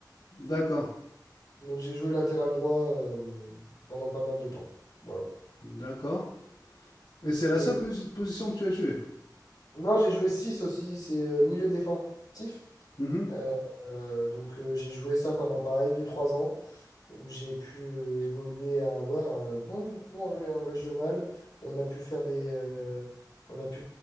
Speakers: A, on the left (about 85°); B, on the left (about 65°).
A: D'accord,
B: Donc, j'ai joué latéral droit euh, pendant pas mal de temps. Voilà.
A: d'accord. Et c'est la
B: Et
A: seule posi- position que tu as jouée?
B: non, j'ai joué 6 aussi, c'est euh, milieu défensif.
A: Mhm.
B: Euh, euh, donc, euh, j'ai joué ça pendant pareil deux trois ans. où j'ai pu euh, évoluer à, ouais, à un bon niveau en, ré- en régional. On a pu faire des, euh, on a pu